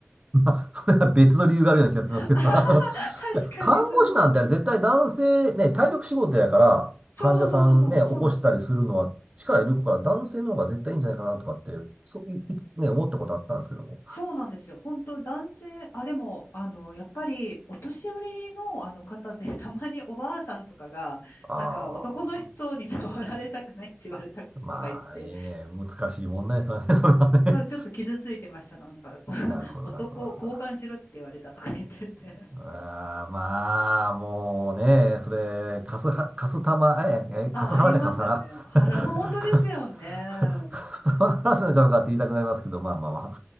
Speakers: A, on the right; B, on the left.
A: <laughs> まあ、それは別の理由があるような気がしますけど。
B: <laughs>
A: <laughs> あのいや、
B: 確かにそうです。
A: 看護師なんてあれ絶対男性、ね、体力仕事やから、
B: そうそうそうそうそう、
A: 患者さんね、起こしたりするのは力いるから、
B: そうなんですよ。
A: 男性の方が絶対いいんじゃないかなとかって、そう、い、いつね、思ったことあったんですけども。
B: そうなんですよ。本当男性、あ、でも、あの、やっぱり、お年寄りの、あの方で、<laughs> たまにおばあさんとかが、
A: あ
B: なんか、男の人に触られたくないって言われたこととか言って、
A: あ。まあ、いいね。難しい問題ですわね、それはね。
B: そう、ちょっと傷ついてました。なんか、<laughs>
A: なるほど、
B: 男、
A: なるほど、なるほど。
B: 交換しろって言われたとか言ってて。
A: あーまあ、もうね、それ、カスは、カスタマ、え、え、
B: あ、
A: カスハラじゃカスハラ
B: ありますよね。腹の、
A: <laughs>
B: 本当ですよね。
A: カス、カスタマーハラスメントちゃうのかって言いたくなりますけど、まあまあまあ。